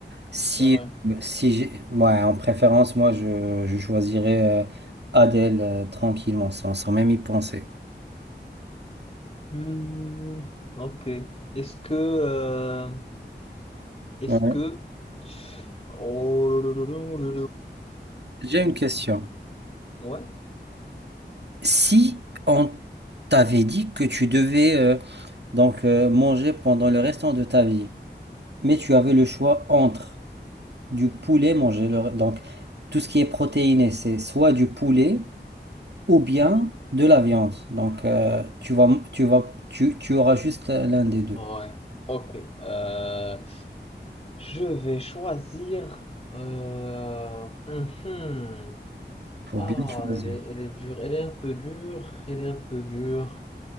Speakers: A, on the right; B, on the left.
A: Si,
B: C'est vrai.
A: si j'ai- ouais, en préférence, moi, je, je choisirais euh, Adèle euh, tranquillement, sans, sans même y penser.
B: Hmm, ok. Est-ce que, euh, est-ce
A: Ouais.
B: que, Oh,
A: J'ai une question.
B: ouais.
A: Si on t'avait dit que tu devais euh, donc euh, manger pendant le restant de ta vie, mais tu avais le choix entre du poulet manger, le- donc tout ce qui est protéiné, c'est soit du poulet ou bien
B: Mhm.
A: de la viande. Donc euh, tu vas, tu vas, tu, tu auras juste euh, l'un des deux.
B: Ouais. Ok. Euh, je vais choisir. euh, mhm.
A: Faut
B: Ah,
A: bien choisir.
B: elle est, elle est dure. Elle est un peu dure. Elle est un peu dure.